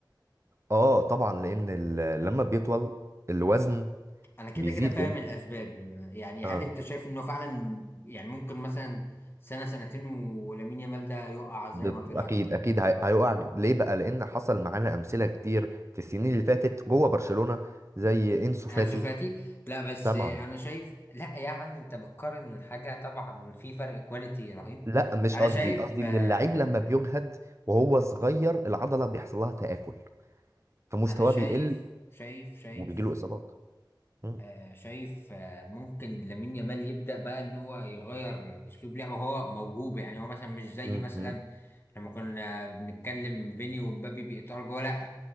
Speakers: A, on the right (about 35°); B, on the left (about 30°).
A: اه طبعا لان ال- لما بيطول الوزن
B: انا كده
A: بيزيد
B: كده فاهم
A: لان
B: الاسباب يعني
A: آه
B: هل انت شايف انه فعلا يعني ممكن مثلا سنة سنتين ولامين يامال ده يقع زي
A: بت-
B: ما طلع
A: اكيد
B: كده
A: اكيد هي- هيقع ليه بقى لان حصل معانا امثله كتير في السنين اللي فاتت جوه برشلونه زي انسو
B: انسو
A: فاتي
B: فاتي لا بس
A: طبعا
B: انا شايف لا يعني انت بتقارن حاجه طبعا في فرق كواليتي رهيب
A: لا مش
B: انا
A: قصدي
B: شايف
A: قصدي
B: آه
A: ان اللعيب لما بيجهد وهو صغير العضله بيحصل لها تاكل فمستواه
B: انا شايف
A: بيقل
B: شايف شايف
A: وبيجي له اصابات مم.
B: آه شايف آه ممكن لامين يامال يبدا بقى ان هو يغير اسلوب لعبه هو موهوب يعني هو مثلا مش زي
A: مم.
B: مثلا
A: مم.
B: لما كنا بنتكلم فيني ومبابي بيقطعوا جوه لا